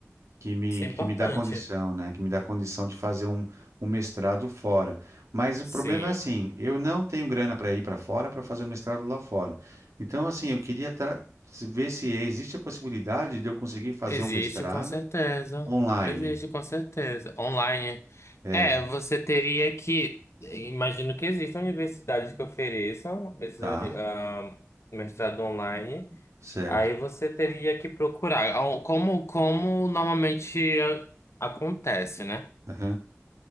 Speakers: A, on the right; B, on the left.
A: que me,
B: Isso é importante.
A: que me dá condição, né? Que me dá condição de fazer um, um mestrado fora. Mas o
B: Sim.
A: problema é assim, eu não tenho grana para ir para fora para fazer o mestrado lá fora. Então, assim, eu queria tra- ver se existe a possibilidade de eu conseguir fazer
B: Existe,
A: um mestrado
B: com certeza.
A: online.
B: Existe, com certeza. Online.
A: É,
B: É, você teria que. Imagino que existam universidades que ofereçam esse
A: tá,
B: uni- ah, mestrado online.
A: certo.
B: Aí você teria que procurar. Ah, Como, como normalmente ah, acontece, né?
A: Aham,